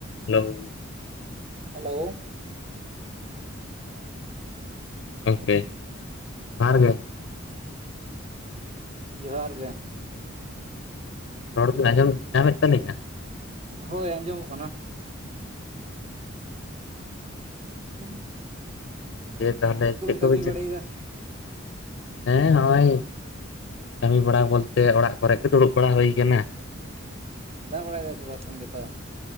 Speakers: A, on the left; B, on the right.
A: Hello
B: hello
A: ᱜᱚᱢᱠᱮ ᱥᱟᱨᱜᱮ᱾
B: ᱡᱩᱦᱟᱨ ᱜᱮ᱾
A: ᱨᱚᱲ ᱵᱤᱱ ᱟᱸᱡᱚᱢ ᱧᱟᱢᱮᱫ ᱛᱟᱹᱞᱤᱧᱟ᱾
B: ᱦᱳᱭ ᱟᱸᱡᱚᱢᱚᱜ ᱠᱟᱱᱟ, ᱦᱮᱸ
A: ᱫᱤᱭᱮ ᱛᱟᱦᱚᱞᱮ ᱪᱮᱫ ᱠᱚᱵᱤᱱ
B: ᱠᱟᱹᱢᱤ
A: ᱪᱤᱠᱟ᱾
B: ᱵᱟᱲᱟᱭᱮᱫᱟ
A: ᱦᱮᱸ ᱦᱚᱜᱚᱭ ᱠᱟᱹᱢᱤ ᱵᱟᱲᱟ ᱵᱚᱞᱛᱮ ᱚᱲᱟᱜ ᱠᱚᱨᱮ ᱜᱮ ᱫᱩᱲᱩᱵ ᱵᱟᱲᱟ ᱦᱩᱭ ᱠᱟᱱᱟ᱾
B: ᱫᱟᱜ ᱵᱟᱲᱟᱭ ᱫᱟ ᱥᱮ ᱵᱟᱝ ᱛᱤᱦᱤᱧ ᱜᱟᱯᱟ ᱫᱚ᱾